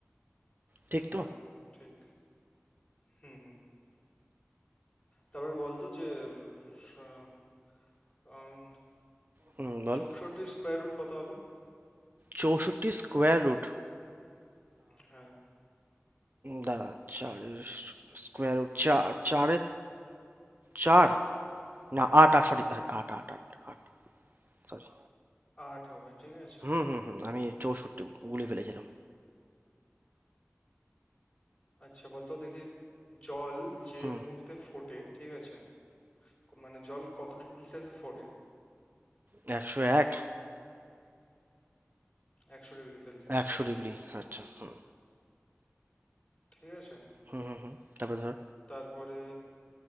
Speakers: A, on the right (about 45°); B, on the left (about 20°).
A: ঠিক তো
B: আহ, ঠিক হুম হুম হুম তারপরে বলতো যে স- আম,
A: হুম বল
B: চৌষট্টির স্কোয়ার রুট কত হবে
A: চৌষট্টি স্কোয়ার রুট
B: হ্যাঁ
A: দাঁড়া চার স্কোয়ার রুট চার চারে চার না আট আট সরি আট আট আট আট সরি
B: আট হবে ঠিক আছে
A: হুম হুম হুম আমি চৌষট্টি গুলি ফেলেছিলাম
B: আচ্ছা বলতো দেখি জল যে
A: হুম
B: মুহূর্তে ফোটে ঠিক আছে ক- মানে জল কত সেলসিয়াসে ফোটে
A: ১০১?
B: একশো ডিগ্রি সেলসিয়াস
A: ১০০ ডিগ্রি আচ্ছা হুম
B: ঠিক আছে
A: হুম হুম হুম তারপর ধর
B: তারপরে